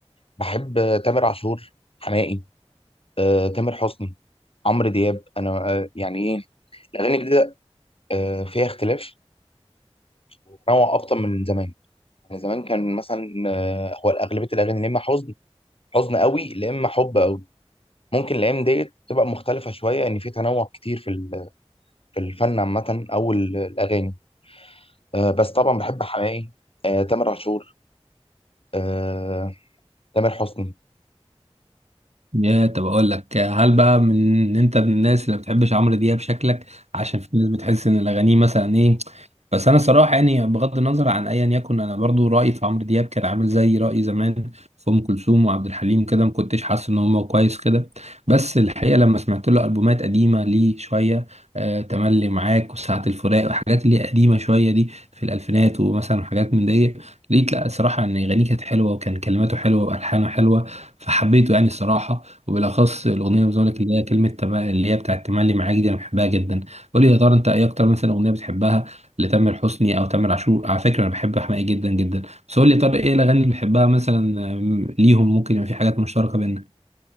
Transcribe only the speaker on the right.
يا طب اقول لك هل بقى من انت من الناس اللي ما بتحبش عمرو دياب شكلك عشان في ناس بتحس ان الاغاني مثلا ايه بس انا صراحه يعني بغض النظر عن ايا يكن انا برضو رايي في عمرو دياب كان عامل زي رايي زمان في ام كلثوم وعبد الحليم كده ما كنتش حاسس ان هو كويس كده بس الحقيقه لما سمعت له البومات قديمه ليه شويه آه تملي معاك وساعه الفراق والحاجات اللي هي قديمه شويه دي في الالفينات ومثلا حاجات من دي لقيت لا الصراحه ان اغانيه كانت حلوه وكان كلماته حلوه والحانه حلوه فحبيته يعني الصراحه وبالاخص الاغنيه اللي بقول لك اللي هي كلمه تم- اللي هي بتاعت تملي معاك دي انا بحبها جدا قول لي يا ترى انت ايه اكتر مثلا اغنيه بتحبها لتامر حسني او تامر عاشور على فكره انا بحب حماقي جدا جدا بس قول لي يا طارق ايه الاغاني اللي بتحبها مثلا آم، ليهم ممكن يبقى في حاجات مشتركه بيننا